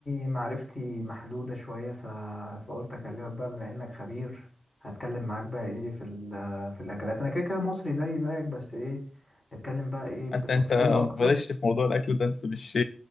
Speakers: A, on the left; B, on the left.
A: معرفتي محدوده شويه ف... فقلت اكلمك بقى بما انك خبير هتكلم معاك بقى ايه في ال... في الاكلات انا كده كده مصري زي زيك بس ايه نتكلم بقى ايه بتفصيل
B: انت انت
A: اكتر
B: مالكش في موضوع الاكل ده انت مش